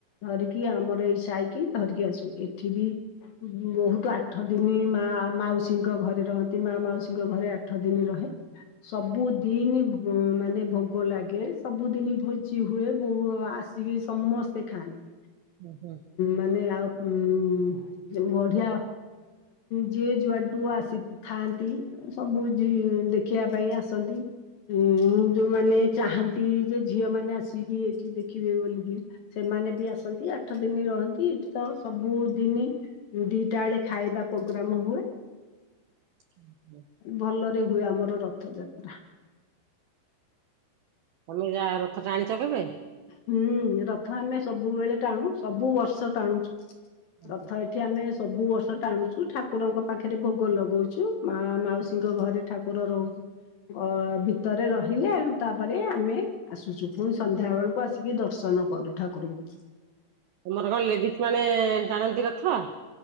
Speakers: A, on the left; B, on the right.
A: ଧରିକି ଆମର ଏଇ ସାଇକି ଧରିକି ଆସୁ। ଏଠି ବି ବହୁତ ଆଠ ଦିନି ମା ମାଉସୀଙ୍କ ଘରେ ରହନ୍ତି। ମା ମାଉସୀ ଙ୍କ ଘରେ ଆଠ ଦିନି ରହେ। ସବୁ ଦିନି ମାନେ ଭୋଗ ଲାଗେ। ସବୁଦିନି ଭୋଜି ହୁଏ ବୋହୁ ଆସ- ଜିକି ସମସ୍ତେ ଖାଆନ୍ତି।
B: ହୁଁ ହୁଁ
A: ମାନେ ଆଉ ଉଁ ଯେ ବଢିଆ। ଯିଏ ଯୁଆଡୁ ଆସିଥାନ୍ତି। ସବୁ ଝି ଦେଖିବା ପାଇଁ ଆସନ୍ତି। ଉଁ ଯୋଉମାନେ ଚାହାନ୍ତି ଯେ ଝିଅ ମାନେ ଆସିକି ଏଠି ଦେଖିବେ ବୋଲିକି। ସେମାନେ ବି ଆସନ୍ତି। ଆଠ ଦିନି ରହନ୍ତି। ଏଠି ତ ସବୁ ଦିନି- ଦିଟା ବେଳେ ଖାଇବା ପ୍ରୋଗ୍ରାମ ହୁଏ।
B: ହୁଁ <unintelligible>
A: ଭଲରେ ହୁଏ ଆମର ରଥଯାତ୍ରା।
B: ତମେ ଯା ରଥ ଟାଣିଛ କେବେ?
A: ହୁଁ, ରଥ ଆମେ ସବୁବେଳେ ଟାଣୁ। ସବୁ ବର୍ଷ ଟାଣୁଛୁ।
B: ଓହୋ।
A: ରଥ ଏ ଏଠି ଆମେ ସବୁ ବର୍ଷ ଟାଣୁଛୁ। ଠାକୁରଙ୍କ ପାଖରେ ଭୋଗ ଲଗଉଛୁ। ମା ମାଉସୀଙ୍କ ଘରେ ଠାକୁ କୁର ରହୁଛ ଅ ଭିତରେ ରହିଲେ ତାପରେ ଆମେ ଆସୁଛୁ। ପୁଣି ସନ୍ଧ୍ୟା ବେଳୁକୁ କୁ ଆସିକି ଦର୍ଶନ କରୁ ଠାକୁରଙ୍କୁ।
B: ତମର କଣ ଲେଡିସ ମାନେ ଟାଣନ୍ତି ରଥ?